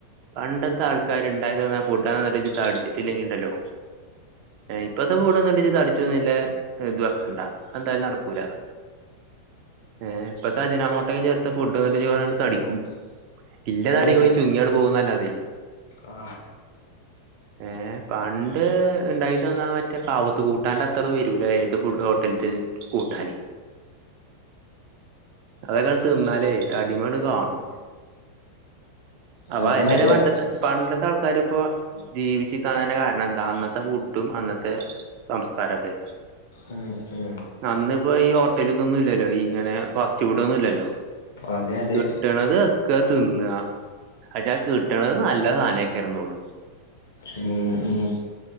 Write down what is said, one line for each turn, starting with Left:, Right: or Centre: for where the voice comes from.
Right: പണ്ടത്തെ ആൾക്കാര് ഇണ്ടാക്കി തന്ന ഫുഡൊക്കെ തിന്നിട്ട് ഇജ് തടിച്ചിട്ട് ഇല്ലെങ്കി ഇണ്ടല്ലോ ഏ ഇപ്പത്തെ ഫുഡ് തിന്ന്ട്ട് ഇജ് തടിച്ചുംന്ന് ഇല്ലെ ഇത് വെക്കെണ്ട അത് എന്തായാലും നടക്കു ക്കുലാ ഏ ഇപ്പെത്തെ അജ്നാമോട്ടെ ഒക്കെ ചേർത്ത ഫുഡൊക്കെ തിന്ന്ട്ട് ഇജ് കൊറെ ആണ്ട് തടിക്കും ഇല്ലതടിം
Left: അതെ അതെ
Right: കൂടി ചുങ്ങിയാണ്ട് പോകുന്ന് അല്ലാതെ
Left: ആ
Right: ഏ പണ്ട് ഇണ്ടാകി തന്നാ ആ മറ്റെ കാവ്ത്ത് കൂട്ടാന്റെ അത്ര വെരൂലാ ഏത് ഫുഡും ഹോട്ടൽത്തെയ് കൂട്ടാന് അതൊക്കെ ഇങ്ങട്ട് തിന്നാലെ തടിമ്മെ ഇങ്ങട്ട് കാണും അപ്പ
Left: അതെ
Right: അയെന്നെ
Left: അതെ
Right: അല്ലെ പണ്ടെത്തെ പണ്ടെ ഇന്നത്തെ ആൾക്കാരിപ്പൊ ജീവിച്ചിരിക്കാതന്നെ കാരണം എന്താ അന്നത്തെ ഫുഡും അന്നത്തെ സംസ്കാരൊക്കെ
Left: ഉം ഉം
Right: അന്ന് ഇപ്പൊ ഈ ഹോട്ടല് തൊന്നും ഇല്ലലൊ ഇങ്ങനെ ഫാസ്റ്റ് ഫുഡൊന്നും ഇല്ലലൊ
Left: അതെ അതെ
Right: കിട്ട്ണത് നക്ക തിന്ന അചാ കിട്ട്ണത് നല്ല സാനേക്കരംന്നൊള്ളു
Left: ഉം ഉം